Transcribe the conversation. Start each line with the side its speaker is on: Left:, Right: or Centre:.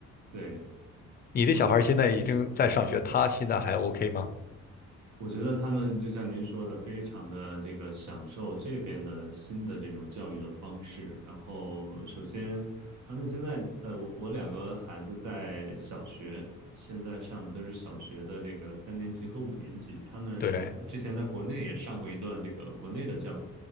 Right: 对，
Left: 你的小孩儿现在已经在上学，
Right: 我
Left: 他现在还 OK 吗？
Right: 我觉得他们就像您说的，非常的这个享受这边的新的这种教育的方式。然后，首先他们现在，呃，我我两个孩子在小学，现在上的都是小学的这个三年级和五年级。他们之前在国内也上过一段这个国内的教育，
Left: 对，